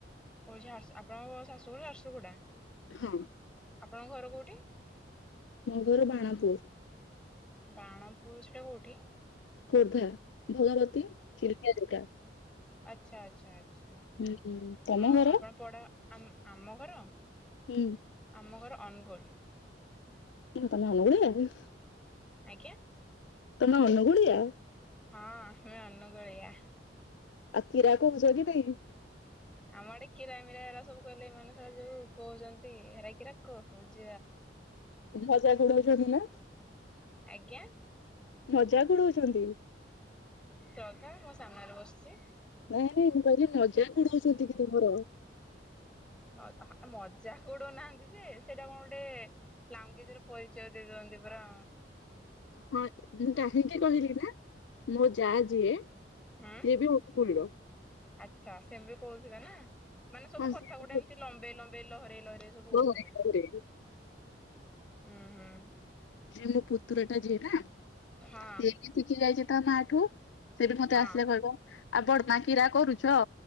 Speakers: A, in the centre; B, on the left (about 85°).
A: ଓ ଝାରସ ଆପଣଙ୍କ ଶାଶୁଘର ଝାରସୁଗୁଡା।
B: ହଁ।
A: ଆପଣଙ୍କ ଘର କଉଁଠି?
B: ମୋ ଘର ବାଣପୁର।
A: ବାଣପୁର ସେଟା କଉଁଠି?
B: ଖୋର୍ଦ୍ଧା ଭଗବତୀ ଚିିଲିକା ଯୋଉଟା।
A: ଆଚ୍ଛା ଆଚ୍ଛା ଆଚ୍ଛା
B: ହୁଁ ହୁଁ ତମ
A: ଆଉ
B: ଘର
A: ଆପଣ ପଡ଼ା ଆ-ଆମ ଘର।
B: ହୁଁ।
A: ଆମ ଘର ଅନୁଗୁଳ।
B: ତମେ ଅନୁଗୁଳରେ।
A: ଆଜ୍ଞା।
B: ତମେ ଅନୁଗୁଳିଆ?
A: ହଁ ମୁଁ ଅନୁଗୁଳିଆ।
B: ଆଉ କୀରା କହୁଛ କି ନାଇଁ।
A: ଆମ ଆଡେ କିରା ମିିରା ଏରା ସବୁ କହିଲେ ଏ ମାନେ ଶଳା ଯୋଉ କହୁଛନ୍ତି ହେରା କିିରା କହୁଚ?
B: ଭଜା ଘୋଡାଉଛନ୍ତି ନା?
A: ଆଜ୍ଞା।
B: ମଜାକ ଉଡୋଉଛନ୍ତି।
A: ଶ୍ରଦ୍ଧା ମୋ ସାମ୍ନାରେ ବସିଛି।
B: ନାଇଁ ନାଇଁ ମୁଁ କହିଲି ମଜାକ ଉଡୋଉଛନ୍ତି କି ତୁମର।
A: ହ ଆ ମଜାକ ଉଡଉନାହାନ୍ତି ଯେ ସେଇଟା କଣ ଗୋଟେ ଲାଙ୍ଗୁଏଜର ପରିଚୟ ଦେଇ ଦିଅନ୍ତି ପରା।
B: ହଁ ମୁଁ କାହିଁକି କହିଲି ନା ମୋ ଯା ଯିଏ ସିଏ
A: ହୁଁ।
B: ବି ଅନୁକୂଳର।
A: ଆଚ୍ଛା ସେମ ବି କହୁଥିବେ ନା ମାନେ ସବୁ
B: ହଁ
A: କଥା
B: ସିଏ
A: ଗୋଟେ ଏମତି ଲମ୍ବେଇ ଲମ୍ବେଇ ଲହରେଇ ଲହରେଇ ସବୁ
B: ମୋ
A: କଥିମେ
B: ଘରେ।
A: ଉୁଁ ହୁଁ
B: ସେ ମୋ ପୁତୁର ଟା ଯିଏ ନା
A: ହଁ
B: ସେ ବି ଶିଖି ଯାଇଛି ତା ମାଆଠୁ। ସେ ବି ମତେ
A: ହଁ।
B: ଆସିଲେ କହିବ ଆଉ ବଡମା କିରା କରୁଛ?